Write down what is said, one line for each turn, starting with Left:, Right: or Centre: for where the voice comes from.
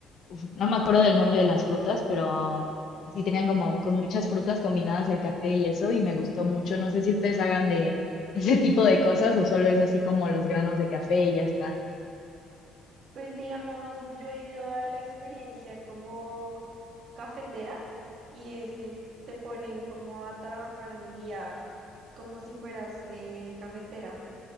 Left: uf, no me acuerdo del nombre de las frutas, pero así tenían como con muchas frutas combinadas el café y eso, y me gustó mucho. No sé si ustedes hagan de ese tipo de cosas o solo es así como los granos de café y ya está.
Right: Pues digamos, yo he ido a la experiencia como cafetera y es que te ponen como a trabajar un día como si fueras eh, cafetera.